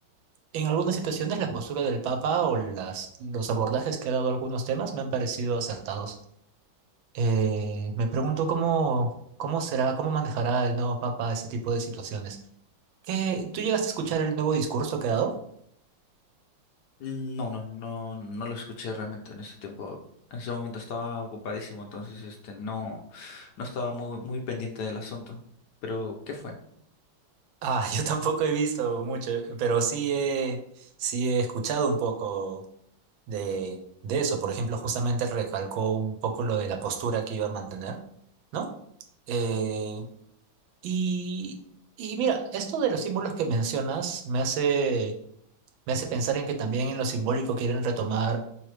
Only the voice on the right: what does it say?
En algunas situaciones la postura del Papa o las, los abordajes que ha dado a algunos temas me han parecido acertados. Eh, me pregunto cómo, cómo será, cómo manejará el nuevo Papa este tipo de situaciones. ¿Qué- ¿Tú llegaste a escuchar el nuevo discurso que ha dado?
Ah, <laughs> yo tampoco he visto mucho, pero sí he, sí he escuchado un poco de, de eso. Por ejemplo, justamente recalcó un poco lo de la postura que iba a mantener, ¿no? Eh, Y, y mira, esto de los símbolos que mencionas me hace, me hace pensar en que también en lo simbólico quieren retomar